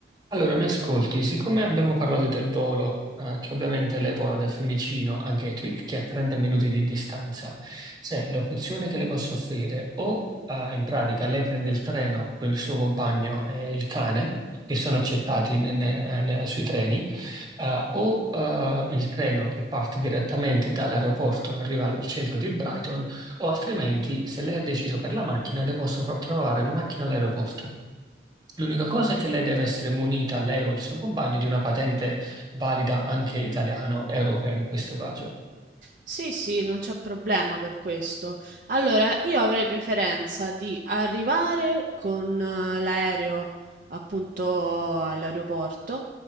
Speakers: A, on the right (about 25°); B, on the right (about 45°).
A: Allora, mi ascolti, siccome abbiamo parlato del volo, eh, che ovviamente leva da Fiumicino a Gatwick, che è a 30 minuti di distanza, c'è l'opzione che le posso offrire o, eh, in pratica, lei prende il treno con il suo compagno e il cane, che sono accettati
B: Mm.
A: ne- ne- eh, ne- sui treni, eh, o eh, il treno che parte direttamente dall'aeroporto e arriva al centro di Brighton, o altrimenti, se lei ha deciso per la macchina, le posso far trovare la macchina all'aeroporto. L'unica cosa è che lei deve essere munita, lei o il suo compagno, di una patente valida anche italiana, europea in questo caso.
B: Sì, sì, non c'è problema per questo. Allora, io avrei preferenza di arrivare con eh, l'aereo appunto all'aeroporto,